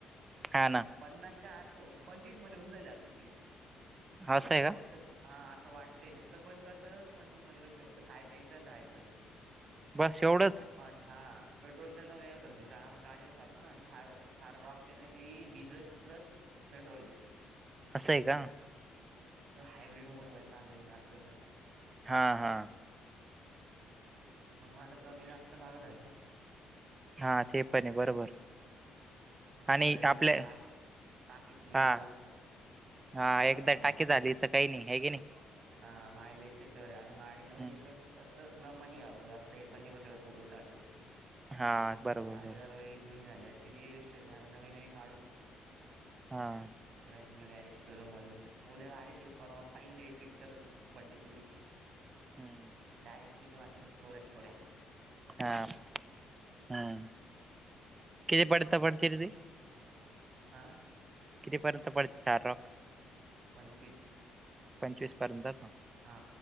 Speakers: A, on the right; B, on the right.
A: हा ना.
B: पन्नासच्या आतून पंचवीस मध्ये होऊन जाईल आपली ट्रिप
A: असं आहे का
B: फक्त हा असं वाटते फक्त पण कसं पंचवीस मध्ये कशी फक्त खाय प्यायचं आणि राहायचं.
A: बस एवढंच.
B: हट हा पेट्रोल तर वेगळं करशील का मग गाडीवर चालू ना आणि खार थार रॉक्स ये ना ती डिझल प्लस पेट्रोल एक.
A: असंय का?
B: तो हाब्रीड मोनमध्येैर चालूून म असत तर
A: हा हा.
B: मग मला कमी जास्त लागत राहील ना.
A: हा ते पण आहे बरोबर.
B: कसं
A: आणि
B: एकदा
A: आपल्या
B: टाक टाकी फुल
A: हा
B: जास्त
A: हा
B: करत
A: एकदा
B: राहावं
A: टाकी
B: लागल
A: झाली तर काही नाही हे की नाही.
B: हा मायलेज त्याच्यावर अजून गाडी
A: नाही
B: नव्हवी तर तसं दमानी घ्यायला लागतंय पण नाही करू शकत पोरस गाडीवर
A: हा बरोबर
B: गाडी
A: बरोबर
B: जार वे जुनी झाली असते ती गष्ट ह नवी नवी काढू.
A: हा.
B: मडनी डायरेक्ट शोरूमधून उद्या गाडीची परवा फाई डेट फिक्स करून बड्डेच्या दिवशी
A: हम्म
B: डायरेक्ट जिथे तिथं स्टोऱ्याचं स्टोऱ्या
A: हा हम् किती पडता पडतीर ती
B: आां.
A: कितीपर्यंत पडत चार रॉक्स
B: पंचवीस
A: पंचवीस पर्यंत का?
B: हा